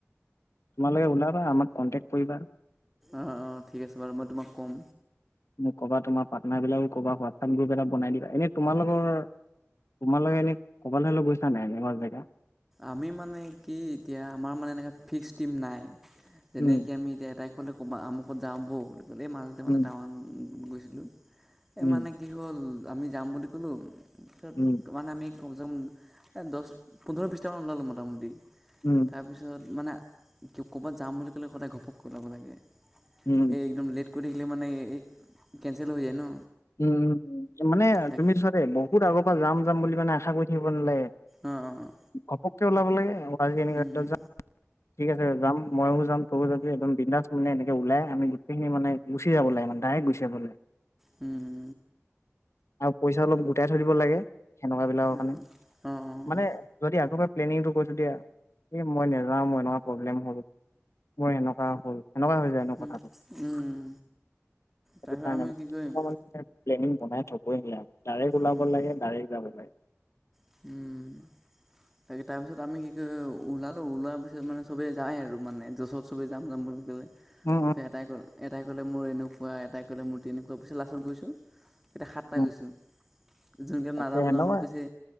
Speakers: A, on the left; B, in the centre.
A: তোমালোকে ওলাবা আমাক কণ্টেক্ট কৰিবা।
B: অ', অ', ঠিক আছে বাৰু মই তোমাক ক'ম।
A: মোক ক'বা তোমাৰ পাৰ্টনাৰ বিলাককো ক'বা হোৱাটছআপ গ্ৰুপ এটা বনাই দিবা এনে তোমালোকৰ তোমালোকে এনে কৰবালে হলে গৈছা নাই এনেকুৱা জেগা
B: আমি মানে কি এতিয়া আমাৰ মানে এনেকুৱা ফিক্স টিম নাই যেনে
A: উম,
B: কি আমি এতিয়া এটা অক'লে ক'ৰবা আমুকত যামওঁ ব বুলি ক'লে এই মাজতে
A: উম,
B: মানে তাৱাং গৈছিলোঁ এই
A: উম,
B: মানে কি হ'ল আমি যাম বুলি ক'লো ত
A: উম,
B: মানে আমি কমচে কম এই দহ পোন্ধৰ বিছটামান ওলালো মোটামুটি
A: ওম
B: তাৰপিছত মানে ক'ৰবাত যাম বুলি ক'লে সদায় ঘপক কে ওলাব লাগে এই
A: উম,
B: একদম লেট কৰি থাকিলে মানে এই কেঞ্চেল হৈ যায় ন
A: উম উম মানে
B: তাক
A: তুমি চোৱা দেই বহুত আগৰ পৰা যাম যাম বুলি মানে আশা কৰি থাকিব নালাগে।
B: অ', অ'
A: ঘপককে ওলাব লাগে আজি এনেকে
B: উম
A: যাম ঠিক আছে যাম ময়ও যাম তয়ো য একদম বিন্দাছ মানে এনেকে ওলাই আমি গোটেইখিনি মানে গুচি যাব লাগে মানে ডাইৰেক্ট গুচি যাব লাগে।
B: উম
A: আৰু পইচা অলপ গোটাই থৈ দিব লাগে সেনেকুৱা বিলাকৰ কাৰণে
B: অঁ অঁ
A: মানে যদি আগৰ পৰাই প্লেনিংটো কৰিছোঁ তেতিয়া এই মই নাযাওঁ মই এনেকুৱা প্ৰব্লেম হ'ল। মোৰ সেনেকুৱা হ'ল সেনেকুৱা হৈ যায়নো
B: উম
A: কথাটো
B: উম তাৰপিছত
A: দান
B: আমি কি কৰিম
A: প্লেনিং বনাই থ'বই নিয়ি আৰু ডাইৰেক্ট ওলাব
B: উম
A: লাগে ডাইৰেক্ট যাব লাগে
B: উম তাকে তাৰ পিছত আমি কি ক ওলালো ওলোৱা পিছত মানে চবে যায় আৰু মানেছত চবেই জাম জাম বুলি
A: উম উম
B: এটাই ক এটাই ক'লে মোৰ এনেকুৱা এাই ক'লে মোৰ তেনেকুৱা পইছে লাষ্টত গৈছোঁ এতিয়া সাতটা
A: উম
B: গৈছোঁ যোনকেই
A: তাকে
B: নাজাওঁ নযাওঁ
A: সেনেকুৱা
B: বুলি কৈছে